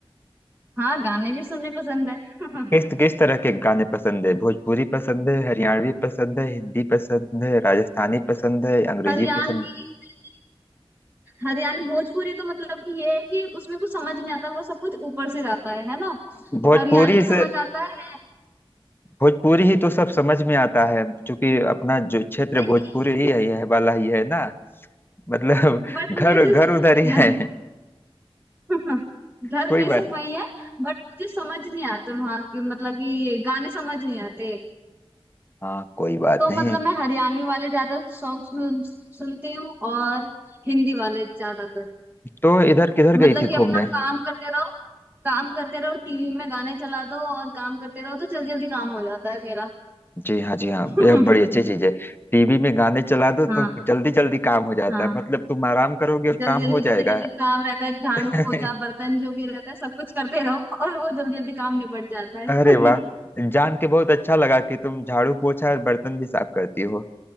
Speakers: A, on the right (about 15°); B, on the left (about 20°).
A: हाँ गाने भी सुनने पसंद है <laughs>
B: किस किस तरह के गाने पसंद है भोजपुरी पसंद है हरियाणवी पसंद है हिंदी पसंद है राजस्थानी पसंद है अंग्रेजी
A: हरियाणवी
B: पसंद
A: नहीं नहीं हरियाणवी भोजपुरी तो मतलब कि ये है कि उसमें कुछ समझ नहीं आता वो सब कुछ ऊपर से जाता है है ना
B: है भोजपुरी
A: हरियाणवी समझ
B: से
A: आता है है?
B: भोजपुरी ही तो सब समझ में आता है क्योंकि अपना जो क्षेत्र
A: नहीं
B: भोजपुरी
A: नहीं
B: ही है यह वाला ही है ना मतलब
A: <laughs> बट
B: <laughs>
A: मुझे
B: घर घर
A: तो समझ
B: उधर
A: में
B: ही
A: नहीं
B: है
A: आती <laughs> धर्म
B: कोई
A: ये
B: बात
A: सब वही है बट मुझे समझ नहीं आते वहाँ की मतलब कि ये गाने समझ नहीं आते
B: हाँ कोई बात
A: तो
B: नहीं
A: मतलब मैं हरियाणवी वाले ज्यादा सॉन्ग सुन, सुनती हूँ और हिंदी वाले ज्यादातर
B: तो इधर किधर
A: मतलब
B: गई थी
A: कि
B: घूमने
A: अपना काम करते रहो काम करते रहो टीवी में गाने चला दो और काम करते रहो तो जल्दी जल्दी काम हो जाता है मेरा
B: जी हाँ जी हाँ
A: <laughs>
B: यह बड़ी अच्छी चीज है टीवी में गाने चला दो
A: हाँ
B: तो जल्दी जल्दी काम हो जाता
A: हाँ
B: है मतलब तुम आराम करोगे और
A: जल्दी
B: काम
A: जल्दी
B: हो जाएगा
A: जितना भी काम रहता है झाड़ू
B: <laughs>
A: पोछा बर्तन जो भी रहता है सब कुछ करते रहो और वो जल्दी जल्दी काम निपट जाता
B: अरे
A: है
B: वाह
A: <laughs>
B: जान के बहुत अच्छा लगा कि तुम झाड़ू पोछा और बर्तन भी साफ करती हो